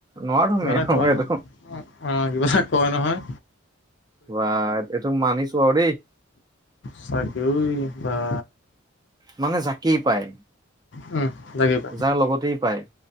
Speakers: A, on the right; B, on the left.
A: নোৱাৰা তুমি
B: কিবা এটা
A: আৰু
B: কয়
A: এইটো
B: নহয়। অ' কিবা এটা কয় নহয়।
A: বাহ, এইটোক মানিছোঁ আৰু দেই।
B: চাকৰি বা।
A: মানে জাকেই পায়।
B: উম। লাগে পাই
A: যাৰ লগতেই পায়।